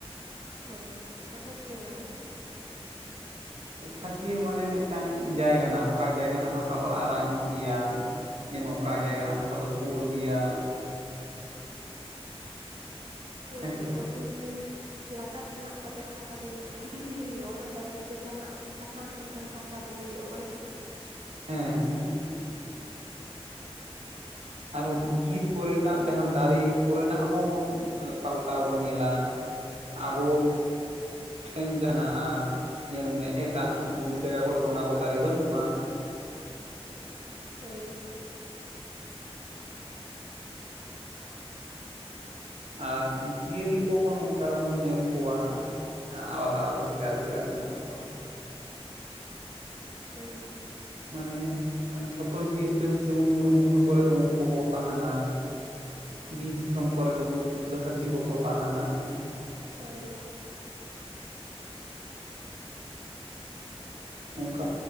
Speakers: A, on the right; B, on the right.
A: ᱦᱳᱭ, ᱴᱚᱴᱷᱟ ᱠᱤᱭᱟᱹ ᱢᱟᱱᱮ
B: ᱴᱚᱴᱷᱟᱠᱤᱭᱟᱹ ᱢᱟᱱᱮ ᱢᱤᱫᱴᱟᱝ ᱡᱟᱭᱜᱟ ᱱᱟᱜ, ᱚᱠᱟ ᱡᱟᱭᱜᱟ ᱨᱮᱱᱟᱜ ᱦᱟᱥᱟ ᱫᱚ ᱟᱨᱟᱜ ᱧᱚᱜ ᱜᱮᱭᱟ᱾ ᱡᱮᱢᱚᱱ ᱚᱠᱟ, ᱡᱟᱭᱜᱟ ᱨᱮᱱᱟᱜ ᱦᱟᱥᱟ ᱫᱚ ᱯᱩᱲ ᱜᱮᱭᱟ᱾
A: ᱦᱳᱭ,
B: ᱦᱮᱸ
A: ᱦᱳᱭ,
B: ᱥᱮ ᱵᱟᱝ
A: ᱡᱚᱠᱷᱚᱱ ᱠᱩᱧ ᱞᱟᱛᱟᱨ ᱥᱮᱱᱟᱜ ᱠᱚᱛᱮ ᱦᱟᱥᱟ, ᱫᱚᱩᱧ ᱫᱷᱤᱨᱤ ᱫᱷᱤᱨᱤ ᱦᱩᱭᱩᱜᱼᱟ ᱚᱱᱟ, ᱛᱟᱭᱚᱢᱛᱮ ᱡᱟᱦᱟᱸ ᱥᱟᱥᱟᱝ ᱥᱟᱥᱟᱝ ᱦᱟᱥᱟ ᱠᱚ ᱦᱩᱭᱩᱜᱼᱟ, ᱵᱟᱝ ᱥᱮ᱾
B: ᱦᱮᱸ-ᱦᱮᱸ-ᱦᱮᱸ᱾ ᱟᱨᱚᱸ ᱵᱤᱨ ᱠᱚᱨᱮᱱᱟᱜ ᱡᱟᱦᱟᱸ ᱫᱟᱨᱮ, ᱠᱚᱨᱮᱱᱟᱜ ᱦᱚᱸᱵᱚᱱ ᱯᱟᱞᱴᱟᱣ ᱵᱚᱱ ᱧᱮᱞᱟ᱾ ᱟᱵᱚ ᱴᱷᱮᱱ ᱡᱟᱱᱟᱜ-ᱟ᱾ ᱧᱮᱞ ᱢᱮ ᱮᱴᱟᱜ, ᱵᱩᱨᱩ ᱡᱟᱭᱜᱟ ᱠᱚᱨᱮ ᱫᱚ, ᱚᱱᱟ ᱠᱚ ᱫᱟᱨᱮ ᱵᱟᱹᱱᱩᱜᱼᱟ᱾
A: ᱦᱳᱭ,
B: ᱟᱨ ᱡᱤᱭᱟᱹᱞᱤ ᱠᱚᱦᱚᱸ, ᱱᱚᱝᱠᱟ ᱵᱚᱱ ᱧᱮᱞ ᱠᱚᱣᱟ᱾ ᱟᱞᱟᱫᱟ-ᱟᱞᱟᱫᱟ ᱜᱮ, ᱵᱷᱮᱜᱜᱟᱨ- ᱵᱷᱜᱟᱨ ᱢᱮᱱᱟᱜ ᱠᱚᱣᱟ᱾
A: ᱦᱳᱭ,
B: ᱢᱟᱱᱮ ᱡᱷᱚᱛᱚ ᱡᱤᱭᱟᱹᱞᱤ ᱫᱚ, ᱡᱮᱢᱚᱱ ᱢᱩᱨᱩᱵᱷᱩᱢᱤ ᱠᱚᱨᱮ ᱫᱚ, ᱩᱴ ᱠᱚᱠᱚ ᱛᱟᱦᱮᱱᱟ᱾ ᱵᱤᱨ ᱫᱤᱥᱚᱢ ᱠᱚᱨᱮ ᱫᱚ, ᱵᱚᱦᱩᱛ ᱦᱟᱹᱛᱤ ᱠᱚᱠᱚ ᱛᱟᱦᱮᱱᱟ᱾
A: ᱦᱚᱭ,
B: ᱚᱝᱠᱟ ᱼᱼ